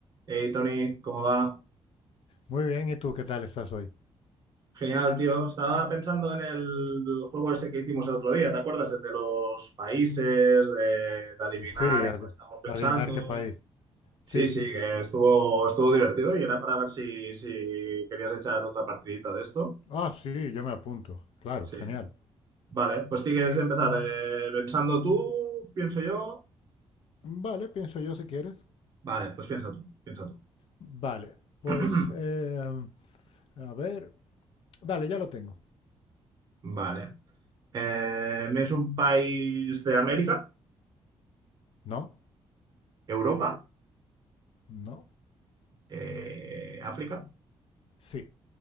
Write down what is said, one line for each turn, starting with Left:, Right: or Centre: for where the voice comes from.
Right: Hey Tony, ¿cómo va?
Left: Muy bien, ¿y tú qué tal estás hoy?
Right: Genial, tío. Estaba pensando en el juego ese que hicimos el otro día, ¿te acuerdas? El de los países, de, de adivinar
Left: Sí,
Right: en
Left: adi-
Right: cuál estábamos pensando.
Left: adivinar qué país. Sí,
Right: Sí,
Left: sí,
Right: sí,
Left: sí.
Right: que estuvo, estuvo divertido y era para ver si, si querías echar otra partidita de esto.
Left: Ah, sí, yo me apunto. Claro,
Right: Sí.
Left: genial.
Right: Vale, pues si quieres empezar? Eh, ¿pensando tú? ¿Pienso yo?
Left: Vale, pienso yo si quieres.
Right: Vale, pues piensa tú, piensa tú.
Left: Vale, pues,
Right: <clears throat>
Left: eh, a ver. Vale, ya lo tengo.
Right: Vale. Eh, ¿es un país de América?
Left: No,
Right: ¿Europa?
Left: no,
Right: Eh, ¿África?
Left: sí,